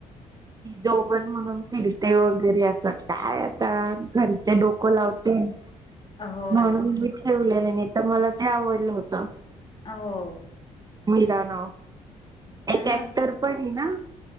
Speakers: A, on the right; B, on the left.
A: जोगण म्हणून फिरते वगैरे असं काय आता. घरीचे डोको लावते म्हणून
B: हो ना
A: घ्यायची. ठेवले नाही तर मला ते आवडलं होतं.
B: आ हो,
A: मीरा नाव
B: छान
A: एक ऍक्टर
B: होत.
A: पण आहे ना